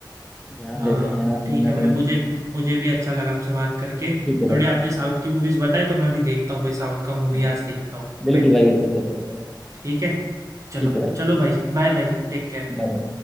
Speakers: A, in the centre; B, on the right (about 40°).
A: ध्यान
B: हाँ
A: देते हैं आप कहीं
B: ठीक
A: ना
B: है भाई
A: कहीं
B: मुझे मुझे भी अच्छा लगा आपसे बात करके
A: ठीक है भाई
B: थोड़ी आपने साउथ की मूवीज बताई तो मैं भी देखता हूँ कोई साउथ का मूवी
A: हाँ
B: आज देखता हूँ
A: बिल्कुल
B: बैठ
A: भाई
B: के
A: बिल्कुल देखो देखो देखो
B: ठीक है चलो
A: ठीक है भाई
B: चलो भाई बाय बाय टेक केयर
A: Bye bye